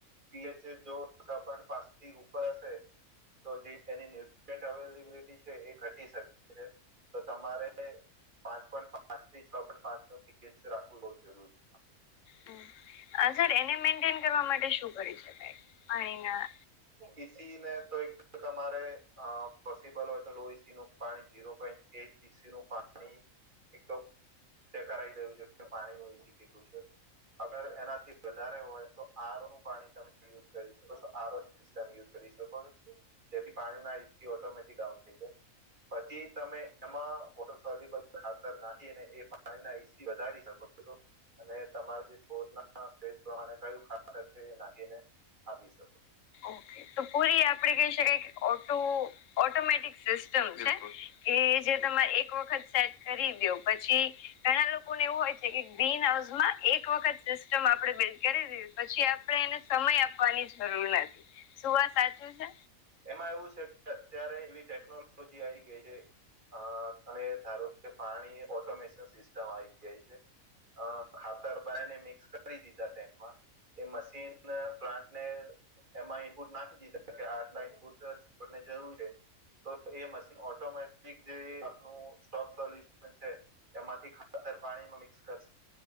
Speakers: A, on the right; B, on the left.
A: પીએચ જો પાચ થી ઉપર હશે તો જે એની ન્યુટ્રીન્ટ અવેલેબિલિટી છે એ ઘટી શકે છે તો તમારે પાંચ પોઈન્ટ પાંચ થી છ પોઈન્ટ પાંચ નું પીચ રાખવું બહુ જરૂરી છે.
B: હમ. સર એને મેન્ટેન કરવા માટે શું કરી શકાય પાણીના
A: ઈસી ને તો એક તમારે પોસિબલ હોય તો લો ઈસી નું પાણી જઝીરો પોઈન્ટ એટ નું પાણી એક તો ચેક કર દું છે પાણી નસી અગર એનાથી વધારે હોય તો આર નું પાણી તમે કરીશ. સિસ્ટમ યુઝ કરી શકો છો જેથી પાણીના એસી ઓટોમેટિક ડાઉન થઈ જાય પછી તમે એમાં વોટર સબલ ખાતર નાખી ને એ પાણી ના એસી વધારી શકો. અને તમાર જે છો ના સ્ટેજ પ્રમાણે કયું ખાતર છે એ નાખીને આપી શકો
B: ઓકે તો પૂરી આપડે કહી શકાય કે ઓટો ઓટોમેટિક સિસ્ટમ છે કે જે તમારે એક વખત સેટ કરી દો પછી ઘણા લોકોને એવું હોય છે કે ગ્રીન હાઉસ માં એક વખત સિસ્ટમ આપડે બિલ્ડ કરી દું પછી આપડે એને સમય આપવાની જરૂર નથી શું વા સાચું છે.
A: એમાં એવું છે કે અત્યારે એવી ટેકનોલોજી આવી ગઈ છે. અ તમે ધારો કે પાણી ઓટોમેશન સિસ્ટમ આવી ગઈ છે. અ ખાતર બાયને મિક્સ કરી દીધા ટેન્ટમાં એ મશીન પ્લાન્ટને એમાં ઇનપુટ નાખી દીધા કે આઠ લખ પૂટ છોડને જરૂર છે. તો એ મશીન ઓટોમેટિક જે આપનું સ્ટોક સોલ્યુશન છે. એમાંથી ખાતર પાણીમાં મિક્સ કરશે